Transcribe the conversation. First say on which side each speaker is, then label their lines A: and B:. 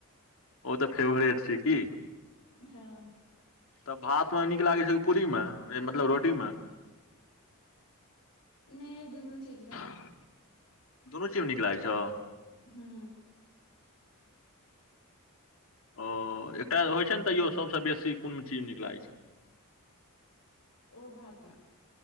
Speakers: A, on the left; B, on the left.
A: ओ तऽ फेवरेट छिय की
B: हँ
A: तऽ भात मे नीक लागै छै की पूरी मे मतलब रोटी मे
B: नहि दुनू चीज मे
A: दुोनो चीज म नीक लागै छ
B: हू
A: ओ एकटा होइ छै ने तैो सबसँ बेसी कोनो चीज नीक लागै छै
B: ओ भात में